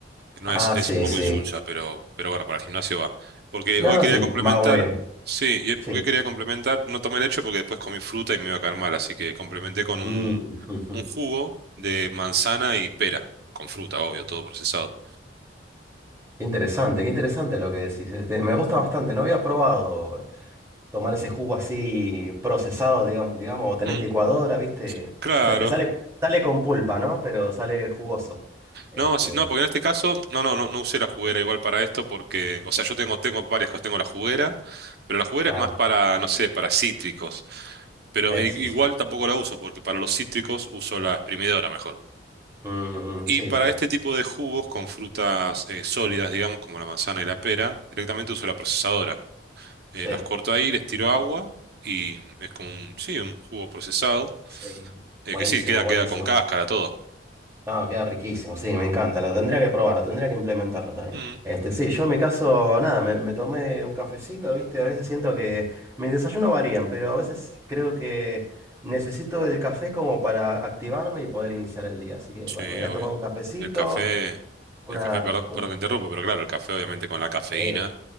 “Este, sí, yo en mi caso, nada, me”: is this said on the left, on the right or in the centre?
Right